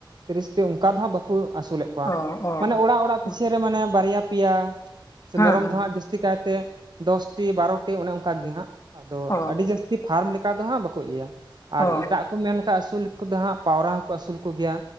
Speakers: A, on the right (about 55°); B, on the left (about 40°).
A: ᱛᱤᱨᱤᱥᱴᱤ ᱚᱝᱠᱟ ᱫᱚ ᱦᱟᱸᱜ ᱵᱟᱠᱚ ᱟᱹᱥᱩᱞᱮᱜ
B: ᱚ ᱚ
A: ᱢᱟᱱᱮ ᱚᱲᱟᱜ ᱚᱲᱟᱜ ᱯᱤᱪᱷᱟᱹ ᱨᱮ ᱢᱟᱱᱮ ᱵᱟᱨᱭᱟ ᱯᱮᱭᱟ ᱥᱮ
B: ᱦᱮᱸ
A: ᱢᱮᱨᱚᱢ
B: ᱦᱮᱸ
A: ᱫᱚ ᱦᱟᱸᱜ ᱡᱟᱹᱥ ᱛᱤ ᱠᱟᱭᱛᱮ ᱫᱚᱥᱴᱤ ᱵᱟᱨᱚᱴᱤ ᱚᱱᱮ ᱚᱝᱠᱟ ᱜᱮ ᱦᱟᱸᱜ᱾ ᱟᱫᱚ
B: ᱚ
A: ᱟᱹᱰᱤ ᱡᱟᱹᱥᱛᱤ ᱯᱷᱟᱨᱢ ᱞᱮᱠᱟ ᱫᱚ ᱦᱟᱸᱜ ᱵᱟᱠᱚ ᱤᱭᱟᱹᱭᱟ ᱟᱨ
B: ᱚ
A: ᱮᱴᱟᱜ ᱠᱚ ᱢᱮᱱ ᱞᱮᱠᱷᱟᱡ ᱟᱹᱥᱩᱞ ᱠᱚ ᱫᱚ ᱦᱟᱸᱜ ᱯᱟᱣᱨᱟ ᱦᱚᱸᱠᱚ ᱟᱹᱥᱩᱞ ᱠᱚᱜᱭᱟ